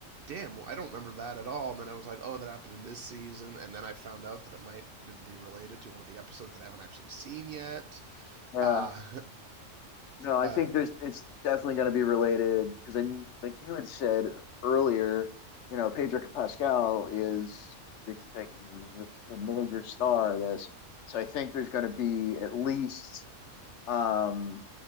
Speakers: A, on the right; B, on the left.
A: damn, well, I don't remember that at all. And then I was like, oh, that happened in this season, and then I found out that it might be related to one of the episodes that I haven't actually seen yet.
B: yeah.
A: Uh,
B: No, I
A: <laughs> uh,
B: think there's it's definitely going to be related because I like you had said earlier, you know, Pedro Pascal is the, the, the major star of this, so I think there's going to be at least um